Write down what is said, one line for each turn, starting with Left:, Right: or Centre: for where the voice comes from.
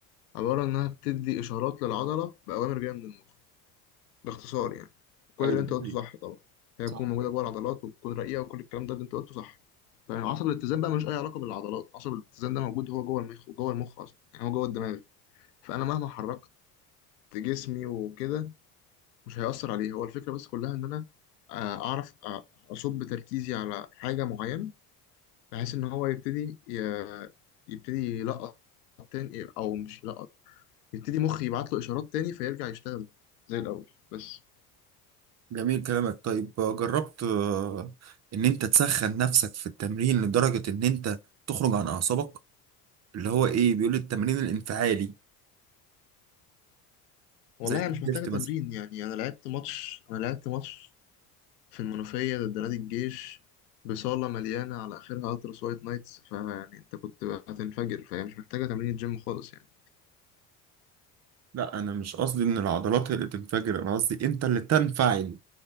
Left: عبارة إنها بتدي إشارات للعضلة بأوامر جاية من المخ باختصار يعني كل
Right: ايوه
Left: اللي أنت
Right: ده
Left: قلته
Right: حقيقي.
Left: صح طبعا هي
Right: صح
Left: تكون موجودة جوه العضلات وتكون رقيقة وكل الكلام ده اللي أنت قلته صح طيب عصب الاتزان بقى ملوش أي علاقة بالعضلات عصب الاتزان ده موجود هو جوه المخ وجوه المخ أصلا يعني هو جوه الدماغ فأنا مهما حركت جسمي وكده مش هيأثر عليه هو الفكرة بس كلها إن أنا آه، أعرف آه، أصب تركيزي على حاجة معينة بحيث إن هو يبتدي ي- يبتدي يلقط تاني أو مش يلقط يبتدي مخي يبعت له اشارات تاني فيرجع يشتغل زي الاول بس
Right: جميل كلامك طيب جربت آه، ان انت تسخن نفسك في التمرين لدرجة ان انت تخرج عن اعصابك اللي هو ايه بيقول التمرين الانفعالي
Left: والله
Right: زي الديدليفت
Left: انا مش محتاجه تمرين
Right: مثلا
Left: يعني انا لعبت ماتش انا لعبت ماتش في المنوفيه ضد نادي الجيش بصاله مليانه على اخرها التراس وايت نايتس فيعني انت كنت هتنفجر فهي مش محتاجه تمرين جيم خالص يعني
Right: لا انا مش قصدي ان العضلات هي اللي تنفجر انا قصدي انت اللي تنفعل